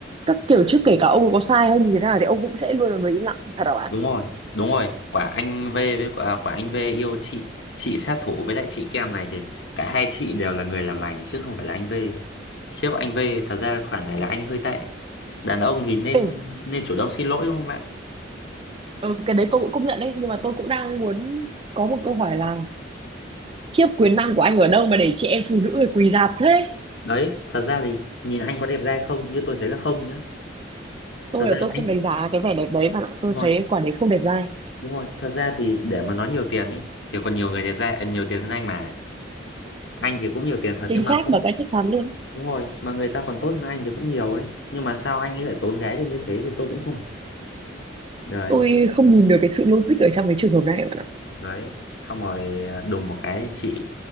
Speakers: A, on the right; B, on the left.
A: các kiểu trước kể cả ông có sai hay như thế nào thì ông cũng sẽ luôn là người im lặng thật hả bạn
B: đúng rồi, đúng rồi. Quả anh V với quả, quả anh V yêu chị chị sát thủ với lại chị Kem này thì cả hai chị đều là người làm lành chứ không phải là anh V. Khiếp anh V, thật ra khoản này là anh hơi tệ. Đàn ông thì nên
A: ừ,
B: nên chủ động xin lỗi đúng không bạn?
A: ừ cái đấy tôi cũng công nhận đấy nhưng mà tôi cũng đang muốn có một câu hỏi là khiếp quyền năng của anh ở đâu mà để chị em phụ nữ phải quỳ rạp thế
B: Đấy, thật ra thì nhìn anh có đẹp trai không? Như tôi thấy là không nhá.
A: tôi
B: Thật ra
A: là
B: anh
A: tôi không đánh giá cái vẻ đẹp đấy bạn ạ tôi
B: đúng rồi.
A: thấy quả đấy không đẹp dai
B: Đúng rồi, thật ra thì để mà nói nhiều tiền ý thì còn nhiều người đẹp trai à, nhiều tiền hơn anh mà. Anh thì cũng nhiều tiền thật
A: chính
B: nhưng mà
A: xác
B: cũng
A: và cái chắc chắn luôn
B: đúng rồi, mà người ta còn tốt hơn anh thì cũng nhiều ấy. Nhưng mà sao anh ấy lại tốn gái được như thế thì tôi cũng không hiểu. Đấy,
A: tôi không nhìn được cái sự logic ở trong cái trường hợp này bạn ạ
B: đấy. Xong rồi à, đùng một cái thì chị